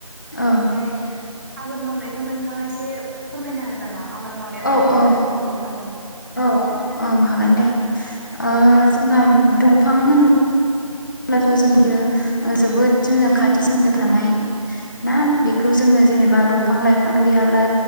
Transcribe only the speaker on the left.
औ
औ
औ
औ औ हागोन दे ओ जोंहा दंफां होनोब्ला अब्लाथ जों बियो जोबोद जों जों खाथि सोमोन्दो थानाय ना बेखौ जोङो जेनेबा दं फां लाइफां
गैयाब्ला